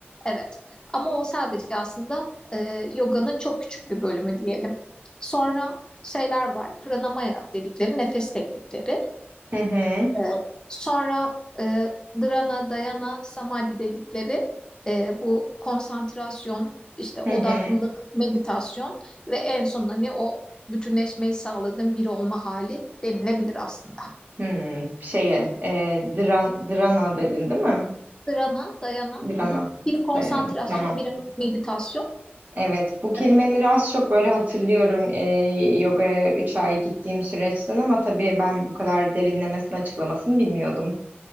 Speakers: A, on the left (about 20°); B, on the right (about 45°).
A: Evet ama o sadece aslında e, yoganın çok küçük bir bölümü diyelim. Sonra şeyler var pranamaya dedikleri nefes teknikleri.
B: Hı hı.
A: Evet. Sonra e, dhrana, dayana, samadhi dedikleri e, bu konsantrasyon, işte
B: Hı
A: odaklılık,
B: hı.
A: meditasyon ve en son hani o bütünleşmeyi sağladığın bir olma hali denilebilir aslında.
B: Hmm. Şeye, e, dran, drana dedin değil mi?
A: Sırana, dayana.
B: Drana.
A: Aha. Biri konsantrasyon,
B: Dayana. Tamam.
A: biri meditasyon.
B: Evet, bu kelimeleri
A: Evet.
B: az çok böyle hatırlıyorum e, yogaya 3 ay gittiğim süreçten ama tabii ben bu kadar derinlemesine açıklamasını bilmiyordum.